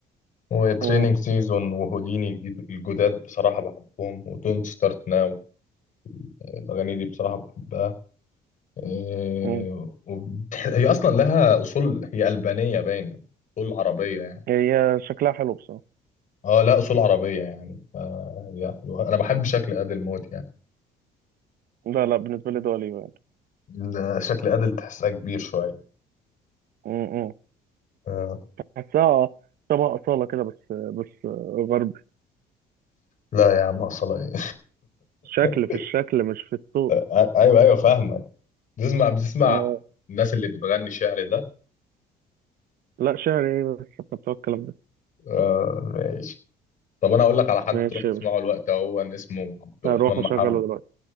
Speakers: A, on the left; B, on the right.
A: وتريننج
B: مم.
A: سيزون وهوديني الجديد- الجداد بصراحه بحبهم وتونت ستارت ناو الاغاني دي بصراحه بحبها آه،
B: مم.
A: وبتح- هي اصلا لها اصول هي البانيه باين اصول عربيه يعني
B: هي شكلها حلو بصراحه
A: اه لا اصول عربيه يعني فهي حلوه انا بحب شكل ادل موت يعني
B: لا لا بالنسبه لي دول يعني
A: ال- شكل ادل تحسها كبير شويه
B: مم.
A: آه.
B: حاساها شبه اصاله كده بس بس آه، غربي
A: لا يا عم اصلا ايه
B: شكل
A: <laughs>
B: في الشكل مش في الصوت
A: آه، ايوه ايوه فاهمك بتسمع بتسمع
B: اه
A: الناس اللي بتغني شعر ده
B: لا شعري إيه بس احنا بتوع الكلام ده
A: آه ماشي طب انا اقول لك على حد
B: ماشي
A: تروح تسمعه الوقت هو إن اسمه عبد الرحمن
B: هروح اشغله
A: محمد
B: دلوقتي